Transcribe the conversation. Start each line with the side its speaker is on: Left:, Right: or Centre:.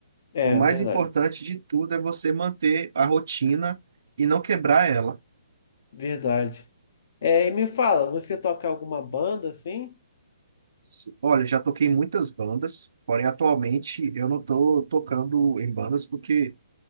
Left: É
Right: O mais
Left: verdade.
Right: importante de tudo é você manter a rotina e não quebrar ela.
Left: Verdade. É, e me fala, você toca alguma banda assim?
Right: Sim. Olha, já toquei em muitas bandas, porém atualmente eu não tô tocando em bandas porque